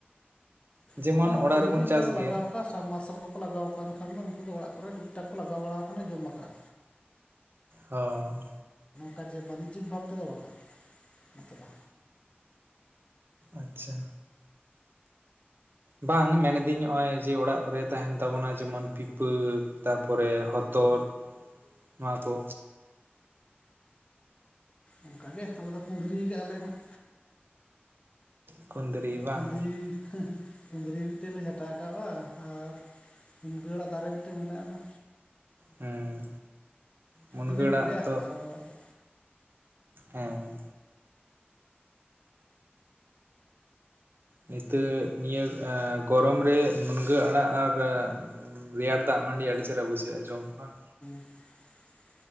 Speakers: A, on the right; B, on the left.
A: ᱡᱮᱢᱚᱱ
B: ᱦᱚᱸ
A: ᱚᱲᱟᱜ
B: ᱚᱠᱚᱭ
A: ᱨᱮᱵᱚᱱ
B: ᱡᱩᱫᱤ
A: ᱪᱟᱥ
B: ᱚᱱᱠᱟ ᱠᱚ
A: ᱜᱮᱭᱟ
B: ᱞᱟᱜᱟᱣ ᱠᱟᱜ ᱥᱟᱵᱼᱢᱟᱨᱥᱟᱞ ᱠᱚᱠᱚ ᱞᱟᱜᱟᱣ ᱵᱟᱝ ᱠᱷᱟᱱ ᱫᱚ ᱩᱱᱠᱩ ᱫᱚ ᱚᱲᱟᱜ ᱠᱚᱨᱮ ᱴᱩᱠ ᱴᱟᱠ ᱠᱚ ᱞᱟᱜᱟᱣ ᱵᱟᱲᱟᱣ ᱟᱠᱟᱱᱟ ᱡᱚᱢ ᱵᱟᱠᱷᱨᱟ
A: ᱦᱚᱸ
B: ᱢᱮ ᱵᱟᱱᱤᱡᱤᱵ ᱵᱷᱟᱵ ᱛᱮᱫᱚ ᱵᱟᱝ-ᱟ ᱱᱚᱛᱮ ᱫᱚ
A: ᱟᱪᱪᱷᱟ ᱵᱟᱝ ᱢᱮᱱᱫᱟᱹᱧ ᱱᱚᱜ ᱚᱭ ᱡᱮ ᱚᱲᱟᱜ ᱨᱮ ᱛᱟᱦᱮᱱ ᱛᱟᱵᱚᱱᱟ ᱡᱮᱢᱚᱱ ᱯᱤᱯᱟᱹ ᱛᱟᱨᱯᱚᱨᱮ ᱦᱚᱛᱚᱫ ᱱᱚᱣᱟ ᱠᱚ
B: ᱚᱱᱠᱟᱜᱮ ᱟᱞᱮ ᱫᱚ ᱠᱩᱸᱫᱽᱨᱤ ᱜᱮ ᱟᱞᱮ ᱦᱟᱸᱜ
A: ᱠᱩᱸᱫᱽᱨᱤ ᱵᱟᱝ
B: ᱠᱩᱸᱫᱽᱨᱤ ᱠᱩᱸᱫᱽᱨᱤ ᱢᱤᱫᱴᱮᱱ ᱞᱮ ᱡᱷᱟᱴᱟ ᱟᱠᱟᱜᱼᱟ ᱟᱨ ᱢᱩᱱᱜᱟᱹ ᱟᱲᱟᱜ ᱫᱟᱨᱮ ᱢᱤᱫᱴᱮᱱ ᱢᱮᱱᱟᱜᱼᱟᱱᱟ
A: ᱦᱮᱸ ᱢᱩᱱᱜᱟᱹ
B: ᱤᱱᱟᱹ
A: ᱟᱲᱟᱜ
B: ᱠᱚᱜᱮ
A: ᱫᱚ
B: ᱟᱨ ᱟᱵᱚᱣᱟᱜ ᱫᱚ
A: ᱦᱮᱸ ᱱᱤᱛᱚᱜ ᱱᱤᱭᱟᱹ ᱜᱚᱨᱚᱢ ᱨᱮ ᱢᱩᱱᱜᱟᱹ ᱟᱲᱟᱜ ᱟᱨ ᱨᱮᱭᱟᱲ ᱫᱟᱜ ᱢᱟᱹᱰᱤ ᱟᱹᱰᱤ ᱪᱮᱦᱨᱟ ᱵᱩᱡᱷᱟᱹᱜᱼᱟ ᱡᱚᱢ ᱵᱟᱝ
B: <inaudible>